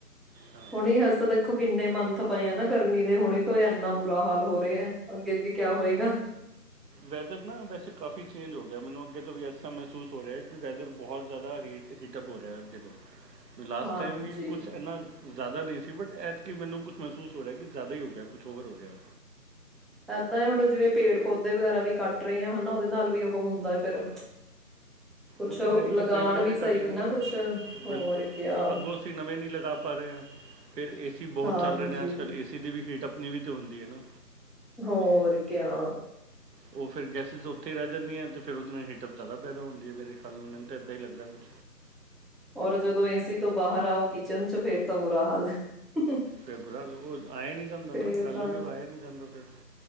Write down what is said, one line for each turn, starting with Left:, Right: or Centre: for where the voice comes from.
Right: ਹਾਂ
Centre: ਹੁਣ ਹਜ ਤਾਂ ਦੇਖੋ ਕਿੰਨੇ ਮੰਥ ਪਏ ਆ ਨਾ ਗਰਮੀ ਦੇ ਹੁਣੀ ਤੋਂ ਇੰਨਾ ਬੁਰਾ ਹਾਲ ਹੋ ਰਿਹਾ ਹੈ ਅੱਗੇ ਅੱਗੇ ਕਿਆ ਹੋਏਗਾ
Right: ਵੈਦਰ ਨਾ ਵੈਸੇ ਕਾਫ਼ੀ ਚੇਂਜ ਹੋ ਗਿਆ ਮੈਨੂੰੱ ੱਗੇ ਤੋਂ ਵੀ ਐਸਾ ਮਹਿਸੂਸ ਹੋ ਰਿਹਾ ਕਿ ਵੈਦਰ ਬਹੁਤ ਜ਼ਿਆਦਾ ਹੀਟ ਹੀਟਅਪ ਹੋ ਰਿਹਾ ਹੈ ਅੱਗੇ ਤੋਂ ਵੀ ਲਾਸਟ
Centre: ਹਾਂਜੀ
Right: ਟਾਈਮ ਵੀ ਕੁਛ ਇਨਾਂ ਜ਼ਿਆਦਾ ਨਹੀਂ ਸੀ ਬਟ ਐਤਕੀ ਮੈਨੂੰ ਕੁਛ ਮਹਿਸੂਸ ਹੋ ਰਿਹਾ ਕਿ ਜ਼ਿਆਦਾ ਹੀ ਹੋ ਗਿਆ ਕੁਛ ਓਵਰ ਹੋ ਗਿਆ
Centre: ਇੱਦਾਂ ਉਹਨ ਜਿਵੇਂ ਪੇੜ ਪੌਦੇ ਵਗੈਰਾ ਵੀ ਕੱਟ ਰਹੇ ਆ ਹਨਾ ਉਹਦੇ ਨਾਲ ਵੀ ਹੁੰਦਾ ਫਿਰ
Right: ਹਾਂ
Centre: ਕੁਛ
Right: ਉਹ ਤੇ ਹੈ ਹੀ
Centre: ਲਗਾਣ
Right: ਹੈ ਪੇੜ ਪੌਦੇੇ
Centre: ਵੀ ਸਹੀ
Right: ਘੱਟ ਰਹੇ
Centre: ਨਾ
Right: ਨੇ
Centre: ਕੁਛ ਹੋਰ
Right: ਬਿਲਕੁਲ
Centre: ਕਿਆ
Right: ਅੱਗੋਂ ਅਸੀਂ ਨਵੇਂ ਨਹੀਂ ਲਗਾ ਪਾ ਰਹੇ ਹਾਂ ਫੇਰ ਏਸੀ ਬਹੁਤ
Centre: ਹਾਂਜੀ
Right: ਚੱਲ ਰਹੇ ਨੇ ਅੱਜ ਕੱਲ੍ਹ ਏਸੀ ਦੀ ਵੀ ਹੀਟ ਆਪਣੀ ਵੀ ਤੇ ਹੁੰਦੀ ਹੈ ਨਾ
Centre: ਹੋਰ ਕਿਆ
Right: ਉਹ ਫਿਰ ਗੈਸਿਸ ਉੱਥੇ ਹੀ ਰਹਿ ਜਾਂਦੀਆਂ ਤੇ ਫਿਰ ਉਹਦੇ ਨਾਲ ਹੀਟਅਪ ਜ਼ਿਆਦਾ ਪੈਦਾ ਹੁੰਦੀ ਹੈ ਮੇਰੇ ਖਾਣ ਨਾਲ ਮੈਨੂੰ ਤਾਂ ਇੱਦਾਂ ਹੀ ਲੱਗਦਾ ਕੁਛ
Centre: ਔਰ ਜਦੋਂ ਏਸੀ ਤੋਂ ਬਾਹਰ ਆਓ ਕਿਚਨ ਚ ਫੇਰ ਤਾਂ ਬੁਰਾ ਹਾਲ ਹੈ।
Right: ਫੇਰ ਬੁਰਾ ਉਹ ਆਏ ਨੀ ਜਾਂਦਾ
Centre: ਫੇਰ
Right: ਨਾ ਕੱਲ
Centre: ਤਾਂ
Right: ਈ ਉਹ ਆਏ ਨੀ ਜਾਂਦਾ ਫ